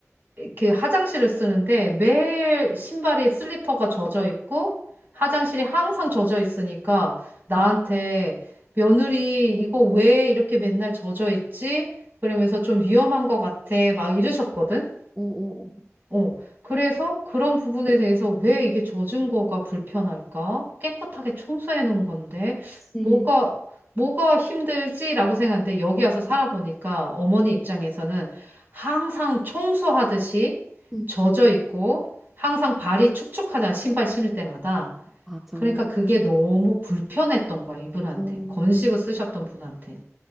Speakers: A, on the right; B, in the centre.
A: 이렇게 화장실을 쓰는데 매일 신발이 슬리퍼가 젖어 있고 화장실이 항상 젖어 있으니까 나한테 며느리 이거 왜 이렇게 맨날 젖어 있지? 그러면서 좀 위험한 것 같아 막 이러셨거든.
B: 어어어.
A: 어, 그래서 그런 부분에 대해서 왜 이게 젖은 거가 불편할까? 깨끗하게 청소해 놓은 건데,
B: 그치.
A: 뭐가, 뭐가 힘들지라고 생각하는데, 여기 와서 살아보니까 어머니 입장에서는 항상 청소하듯이
B: 음,
A: 젖어 있고, 항상 발이 축축하잖아, 신발 신을 때마다.
B: 맞아.
A: 그러니까
B: 어,
A: 그게 너무 불편했던 거야, 이분한테.
B: 어.
A: 건식을 쓰셨던 분한테.